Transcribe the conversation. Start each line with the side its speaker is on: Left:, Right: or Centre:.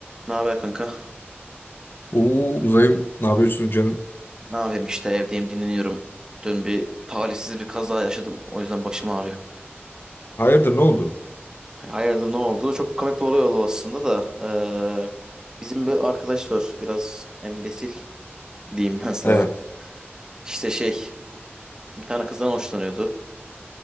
Right: Ne haber kanka?
Left: Oo Uzay'ım ne yapıyorsun canım?
Right: Ne yapayım işte evdeyim dinleniyorum. Dün bir talihsiz bir kaza yaşadım. O yüzden başım ağrıyor.
Left: Hayırdır ne oldu?
Right: Hani Hayırdır ne oldu? Çok komik bir olay oldu aslında da. eee, bizim bir arkadaş var. Biraz embesil diyeyim ben sana.
Left: Evet.
Right: İşte şey bir tane kızdan hoşlanıyordu.